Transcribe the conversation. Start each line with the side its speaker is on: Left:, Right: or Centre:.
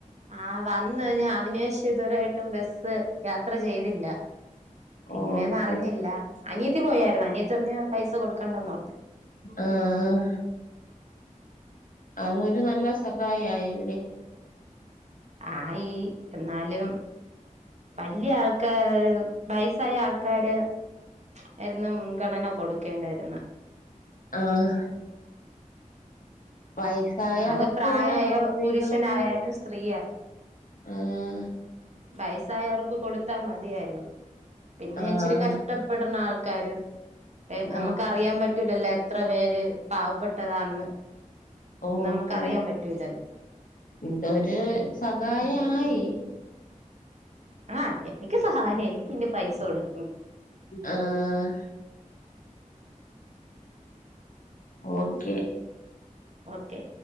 Right: ആഹ് വന്ന് ഞാൻ അതിനേഷം ഇതുവരായിട്ടും ബസ്സ് യാത്ര ചെയ്തില്ല. എങ്ങനെയാന്ന്
Left: ഓക്കെ
Right: അറിഞ്ഞില്ല അനിയത്തി പോയാര് - അനിയത്തി പറഞ്ഞു പൈസ കൊടുക്കണ്ടന്ന് പറഞ്ഞു
Left: ആഹ് അതൊരു നല്ല സഹായിയില്ലേ
Right: ആയി എന്നാലും വലിയ ആൾക്കാര് വയസായ ആൾക്കാര്- വെറുന്നെ മുൻഗണന കൊടുക്കേണ്ടായിരുന്നേ
Left: ആഹ് വയസായവർക്കും
Right: അത് പ്രായമായ
Left: ഉണ്ടല്ലോ സ്ത്രീകൾക്കും
Right: പുരുഷനായാലും സ്ത്രീ
Left: ആഹ്
Right: വയസായവർക്ക് കൊടുത്താ മതിയായിരുന്നു പിന്നെ
Left: ആഹ്
Right: ഇച്ചിരി കഷ്ടപ്പെടുന്ന ആൾ ക്കാര് നമുക്കറിയാൻ
Left: ഓ
Right: പറ്റൂലല്ലോ എത്ര പേര് പാവപ്പെട്ടതാണ്
Left: ഓ <unintelligible>
Right: നമുക്ക്
Left: ഓ
Right: അറിയാൻ പറ്റൂലല്ലോ
Left: ഇതൊരു സഹായായി
Right: ആ എനിക്ക് സഹായായി എനിക്കിനി പൈസ കൊടുക്ക
Left: ആഹ് ഓക്കെ
Right: ഓക്കേ